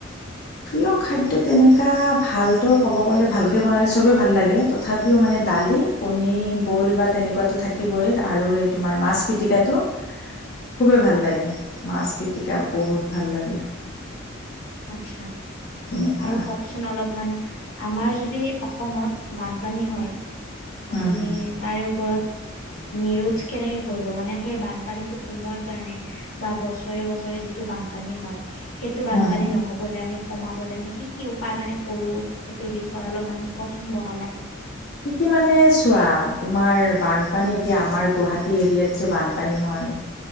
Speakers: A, on the left; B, on the left.
A: প্ৰিয় খাদ্য তেনেকুৱা ভালতো ক'ব গ'লে, ভালকে বনালে চবে ভাল লাগে। তথাপিও মানে দালি, কণী বইল বা তেনেকুৱা থাকিবই আৰু সেই তোমাৰ মাছ পিটিকাটো
B: <inaudible>
A: খুবেই ভাল লাগে। মাছ পিটিকা বহুত ভাল লাগে।
B: আচ্ছা
A: তেনেকুৱা
B: আৰু কওঁকচোন অলপমান? আমাৰ যদি অসমত বানপানী হয়।
A: হুম
B: আপুনি
A: হুম
B: তাৰে ওপৰত <inaudible> নিৰোধ কেনেকৈ কৰিব। মানে, সেই বানপানীটো কমোৱাৰ কাৰণে বা বছৰে, বছৰে যিটো বান বানপানী হয়। সেইটো বান
A: হুম হুম
B: আমি, কমাবলে আমি কি কি উপায় মানে কৰোঁ। সেইটোৰ বিষয়ে অলপমান কওঁকচোন বহলাই?
A: কি, কি মানে চোৱা, তোমাৰ বানপানী এতিয়া, আমাৰ গুৱাহাটী এৰিয়াত যে বানপানী হয় হয়